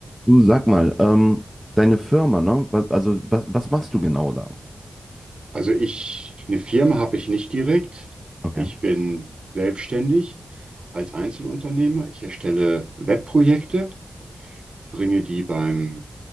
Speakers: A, in the centre; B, on the right (about 40°).
A: Du sag mal, ähm, deine Firma, ne? Was, also was, was machst du genau da?
B: Also ich, eine Firma habe ich nicht direkt.
A: Okay.
B: Ich bin selbstständig als Einzelunternehmer. Ich erstelle Webprojekte, bringe die beim,